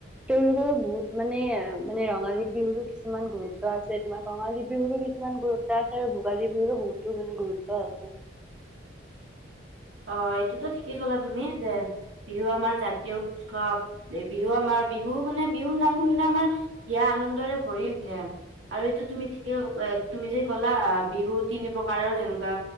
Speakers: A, in the centre; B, on the right (about 70°).
A: তেওঁলোকৰো বহুত মানে মানে ৰঙালী বিহুৰো কিছুমান গুৰুত্ব আছে তোমাৰ ৰঙালী বিহুৰো কিছুমান গুৰুত্ব আছে আৰু ভোগালী বিহুৰু বহুতো মানে গুৰুত্ব আছে।
B: উ
A: উ
B: অ এইটোতো ঠিকেই কলা তুমি যে বিহু আমাৰ জাতীয় উৎসৱ বিহু আমাৰ বিহু মানে বিহুৰ নাম শুনিলে আমাৰ হিয়া আনন্দৰে ভৰি উঠে আৰু এইটো তুমি ঠিকে এ তুমি যে ক'লা বিহু তিনি প্ৰকাৰৰ যেনেকুৱা